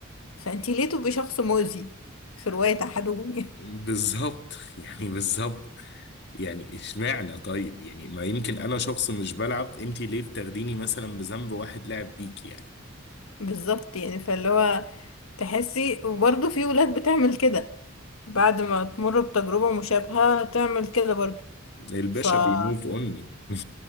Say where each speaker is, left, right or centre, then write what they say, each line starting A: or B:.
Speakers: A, on the left; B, on the left.
A: فانتي ليه تبقي شخص مؤذي في رواية احدهم يعني
B: بالظبط <laughs> يعني بالظبط يعني اشمعنى طيب يعني ما يمكن انا شخص مش بلعب انت ليه بتاخديني مثلا بذنب واحد لعب بيك يعني
A: <laughs> بالظبط يعني فاللي هو تحسي وبرضه في ولاد بتعمل كده بعد ما تمر بتجربة مشابهة تعمل كده برضه
B: الباشا
A: ف اه
B: بيموف اوني <laughs>